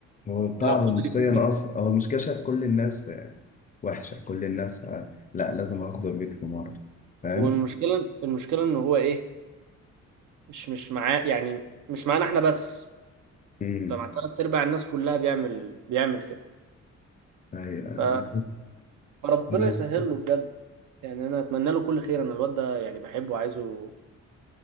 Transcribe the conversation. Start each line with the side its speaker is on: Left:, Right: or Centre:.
Left: هو تعبه
Right: لو فضل
Left: نفسيا
Right: يفكر
Left: اصلا هو المشكله شايف كل الناس وحشه كل الناس ه- لا لازم اغدر بيك في مره فاهم
Right: والمشكله المشكله ان هو ايه مش مش معاه يعني مش معانا احنا بس
Left: امم
Right: ده مع تلات ارباع الناس كلها بيعمل بيعمل كده
Left: ايوه انا
Right: ف- فربنا
Left: كنت-
Right: يسهل له بجد يعني انا اتمنى له كل خير انا الواد ده يعني بحبه وعايزه